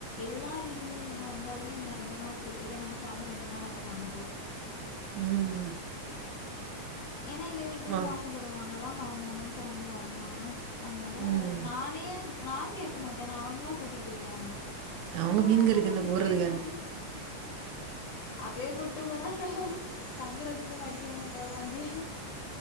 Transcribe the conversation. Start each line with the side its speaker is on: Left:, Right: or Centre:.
Left: எல்லா லீவ்ல இவுங்க வந்தாலுமே என்ன ரெண்டு நாள் கூட்டு போய் நாங்க சாந்ரோ ரெண்டு நாள் அங்க தங்குவோ
Right: ம்
Left: ஏனா எங்க வீட்லியு
Right: வா.
Left: ஆசைப்படுவாங்கல்லா மருமவனு சேந்து வரணுனு அதனால
Right: ம்.
Left: நா என்னைய நா கேக்க மாட்டே அவுங்ளா கூட்டிட்டு போவாங்க
Right: அவங்க
Left: இந்த
Right: மீன்
Left: வாட்டி
Right: கறி
Left: ஆனா
Right: தின்ன
Left: சிச்சுவேஷன்
Right: போறதுக்கா
Left: அப்டியே கூட்டு போறாங்ளா தங்குறதுக்கு மடிக்க மாட்டாவே அங்கயே